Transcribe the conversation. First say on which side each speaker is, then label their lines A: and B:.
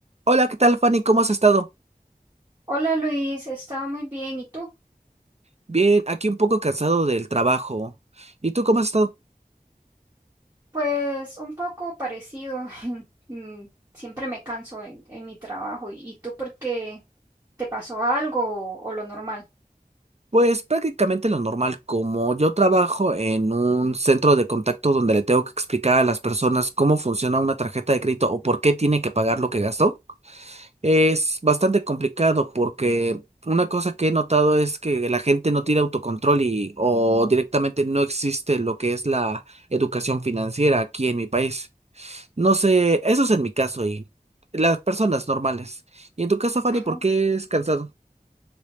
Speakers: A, on the right (about 45°); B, on the right (about 25°).
A: Hola, ¿qué tal, Fanny? ¿Cómo has estado?
B: Hola Luis, estaba muy bien. ¿Y tú?
A: Bien, aquí un poco cansado del trabajo. ¿Y tú cómo has estado?
B: Pues un poco parecido. <laughs> Mm, Siempre me canso en, en mi trabajo. ¿Y, y tú por qué te pasó algo o, o lo normal?
A: Pues prácticamente lo normal, como yo trabajo en un centro de contacto donde le tengo que explicar a las personas cómo funciona una tarjeta de crédito o por qué tiene que pagar lo que gastó. Es bastante complicado porque una cosa que he notado es que la gente no tiene autocontrol y o directamente no existe lo que es la educación financiera aquí en mi país. No sé, eso es en mi caso y las personas normales. Y en tu caso, Fanny,
B: Ajá.
A: ¿por qué es cansado?